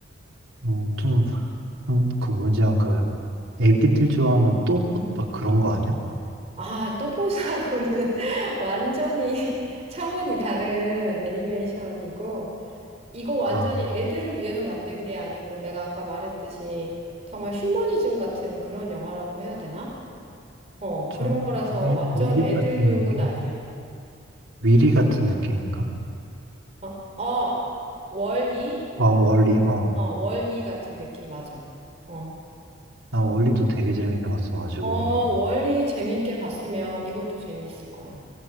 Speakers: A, on the right; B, on the right.
A: 어, 좀, 음, 그 뭐지야, 그, 애기들 좋아하는 또봇 막 그런 거 아니야?
B: 아, 또보사하고는 <laughs> 완전히 <laughs> 차원이 다른 애니메이션이고, 이거 완전히
A: 아,
B: 애들을 위해서 만든 게 아니고 내가 아까 말했듯이 정말 휴머니즘 같은 그런 영화라고 해야 되나? 어,
A: 좀,
B: 그런 거라서
A: 위,
B: 완전
A: 위리
B: 애들용은
A: 같은 느낌?
B: 아니야.
A: 위리 같은 느낌인가?
B: 어, 어, 월이?
A: 아, 월리, 어.
B: 어, 월이 같은 느낌 맞아. 어,
A: 나 월리도 되게 재밌게 봤어가지고.
B: 어, 월이 재밌게 봤으면 이것도 재밌을 거야.